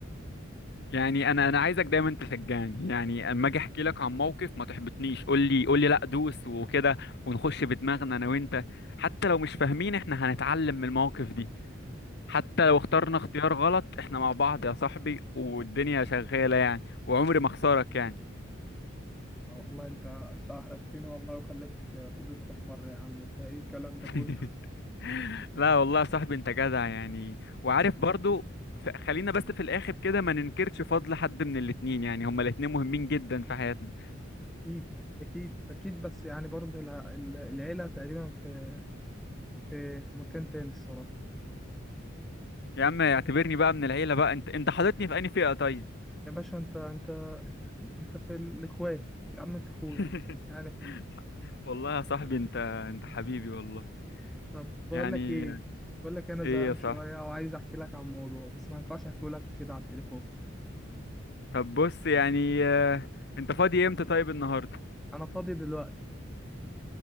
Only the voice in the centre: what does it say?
آه،
والله انت انت احرجتني والله وخليت قدرتي تحمر يا عم انت ايه الكلام ده
كله
اكيد اكيد اكيد بس يعني برضه الع- العيله تقريبا في في في مكان تاني الصراحه
يا باشا انت انت انت في الاخوات يا عم انت اخويا
يعني
طب بقول
لك ايه بقول لك انا
زهقان
شويه وعايز احكي لك عن موضوع بس ما ينفعش احكي لك كده على التليفون
انا فاضي دلوقتي